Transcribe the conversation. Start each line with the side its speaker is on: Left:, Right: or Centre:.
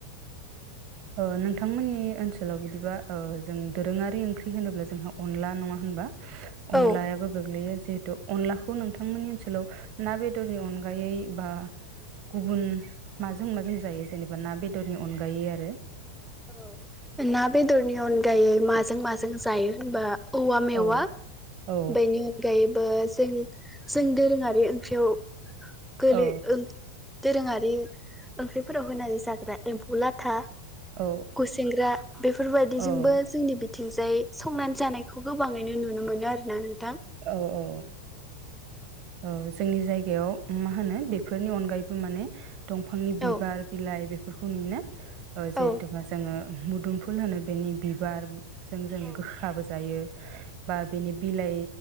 Right: अ नोंथांमोननि ओनसोलाव बिदिबा ओ जों दोरोङारि ओंख्रि होनोब्ला जोंहा अनला नङा होनबा अनलायाबो
Centre: औ
Right: गोग्लैयो जे थ अनलाखौ नोंथांमोननि ओनसोलाव ना बेदरनि अनगायै बा गुबुन माजों माजों जायो जेनेबा ना बेदरनि अनगायै आरो
Centre: औ ना बेदरनि अनगायै माजों माजों जायो होनबा औवा मेवा
Right: औ औ
Centre: बेनि अनगायै ओ जों जों दोरोङारि ओंख्रियाव गोलि
Right: औ
Centre: ओ दोरोङारि ओंख्रिफोराव होनानै जाग्रा एम्फौ लाथा
Right: औ
Centre: खुसेेंग्रा बेफोरबायदिजोंबो
Right: औ
Centre: जोंनि बिथिंजाय संनानै जानायखौ गोबाङैनो नुनो मोनो आरोना नों
Right: औ औ औ जोंनि जायगायाव मा होनो बेफोरनि अनगायैबो माने दंफांनि बिबार
Centre: औ
Right: बिलाइ बे फोरखौ नुयोना जेहेथुबा
Centre: औ
Right: जोङो मुदुमफुल होनो बेनि बिबार जों जों
Centre: औ
Right: गोखाबो जायो <inaudible> बा बिनि बिलाइ